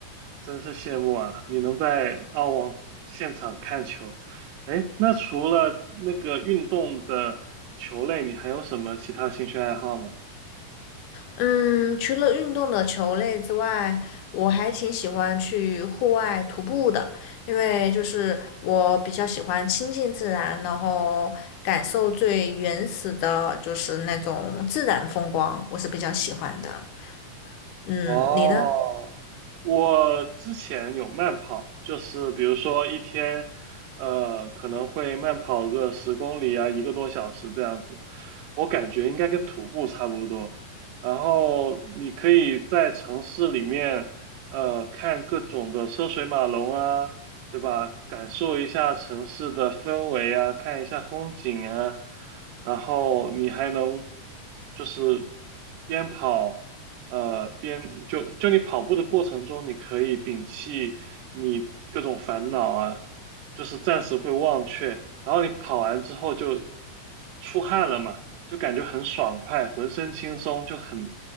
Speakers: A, on the right; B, on the left.
A: 真是羡慕啊！你能在澳网现场看球，哎，那除了那个运动的球类，你还有什么其他兴趣爱好吗？
B: 嗯，除了运动的球类之外，我还挺喜欢去户外徒步的，因为就是我比较喜欢亲近自然，然后感受最原始的，就是那种自然风光，我是比较喜欢的。嗯，
A: 哦，
B: 你呢？
A: 我之前有慢跑，就是比如说一天，呃，可能会慢跑个十公里啊，一个多小时这样子。我感觉应该跟徒步差不多。然后你可以在城市里面，呃，看各种的车水马龙啊，对吧？感受一下城市的氛围啊，看一下风景啊。然后你还能就是边跑。呃，边就就你跑步的过程中，你可以摒弃你各种烦恼啊，就是暂时会忘却。然后你跑完之后就出汗了嘛，就感觉很爽快，浑身轻松，就很